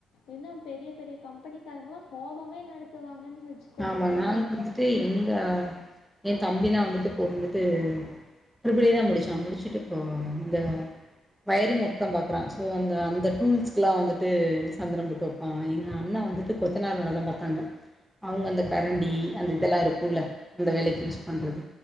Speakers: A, on the left; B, in the centre.
A: இன்னு பெரிய பெரிய கம்பெனிக்காரங்களா ஹோமமே நடத்துவாங்கன்னு வச்சுக்கோங்களேன்
B: ஆமா நாங்க வந்துட்டு எங்க என் தம்பி எல்லா வந்துட்டு இப்போ வந்துட்டு ட்ரி பில் ஈ தா முடிச்சா முடிச்சுட்டு இப்போ இந்த வயரிங் ஒர்க் தா பாக்குறா சோ அந்த அந்த டூல்ஸ்க்க எல்லா வந்துட்டு சந்தனம் போட்டு வைப்பா எங்க அண்ணா வந்துட்டு <unintelligible> பாத்தாங்க அவங்க அந்த கரண்டி அந்த இதெல்லா இருக்குல அந்த வேலைக்கு யூஸ் பண்றது